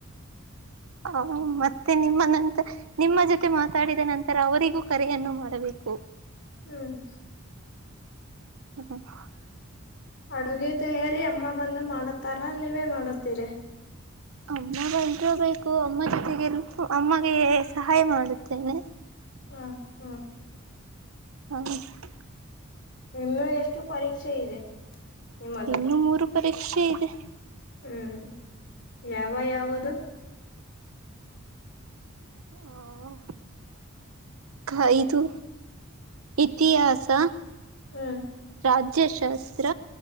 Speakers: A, on the right; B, on the left.
A: ಹ ಮತ್ತೆ ನಿಮ್ಮ ನಂತ ನಿಮ್ಮ ಜೊತೆ ಮಾತಾಡಿದ ನಂತರ ಅವರಿಗೂ ಕರೆಯನ್ನು ಮಾಡಬೇಕು. ಹೂ
B: ಹ್ಮ್
A: ಹ್ಮ <unintelligible>
B: ಅಡುಗೆ ತಯಾರಿ ಅಮ್ಮ ಬಂದು ಮಾಡುತ್ತಾರ ನೀವೇ ಮಾಡುತ್ತೀರಿ
A: ಅಮ್ಮಟೋ ಬೇಕು ಅಮ್ಮ ಜೊತೆಗೆ ಅಮ್ಮಗೆ ಸಹಾಯ ಮಾಡುತ್ತೇನೆ
B: ಹಾ ಹಾ
A: ಹ್ಮ ಹ
B: ಇನ್ನು ಎಷ್ಟು ಪರೀಕ್ಷೆ ಇದೆ ನಿಮ್ಮದು
A: ಇನ್ನು ಮೂರು ಪರೀಕ್ಷೆ ಇದೆ
B: ಹ್ಮ್ ಯಾವ ಯಾವದು
A: ಹ ಕಾಯ್ದು. ಇತಿಹಾಸ
B: ಹ್ಮ್
A: ರಾಜ್ಯಶಾಸ್ತ್ರ